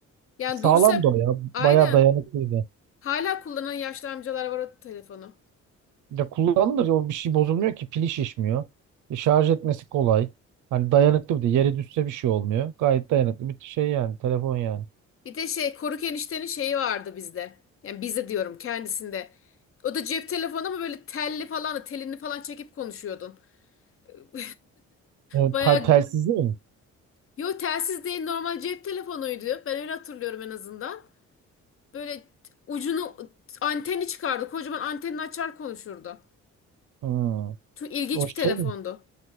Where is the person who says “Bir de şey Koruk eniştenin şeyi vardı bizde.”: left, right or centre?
Left